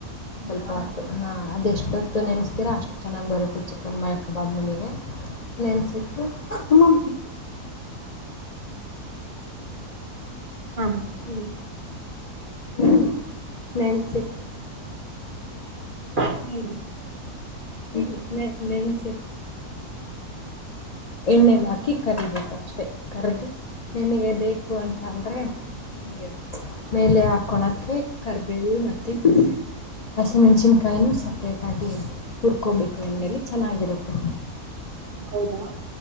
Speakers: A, on the right; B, on the left.
A: ಹ್ಮ್
B: ಸ್ವಲ್ಪ
A: ಹೌದಾ
B: ಹೊತ್ತು ಹಾ ಅದೆಷ್ಟೊತ್ತು ನೆನೆಸ್ತೀರಾ ಅಷ್ಟು ಚೆನ್ನಾಗಿ ಬರುತ್ತೆ ಚಿಕ್ಕನ್ ಮೇಲೆ ಕಬಾಬ್ ಮೇಲೆಗೆ. ನೆನೆಸಿಟ್ಟು ಅಮ್ಮ.
A: ಹೂ ಹೇಳಿ
B: ಹೂ ನೆನೆಸಿಟ್ಟು.
A: ಹ್ಮ್
B: ಹ್ಮ ನೆ ನೆನ್ಸಿಟೂ. ಎಣ್ಣೆಲಿ ಹಾಕಿ ಕರಿಬೇಕು ಅಷ್ಟೇ ಕರೆದು ನಿಮಗೆ ಬೇಕು ಉಪ್ಪು ಅಂತಂದರೆ ಹಿಂಗೆ ಮೇಲೆ ಹಾಕೊಳೋಕ್ಕೆ ಕರ್ಬೇವು ಮತ್ತು ಹಸಿ ಮೆಣಸಿನಕಾಯಿ ಸಪ್ರೇಟಾಗಿ ಹುರ್ಕೋಬೇಕು ಎಣ್ಣೆಲ್ಲಿ ಚೆನ್ನಾಗಿರುತ್ತೆ
A: ಹ ಹೌದಾ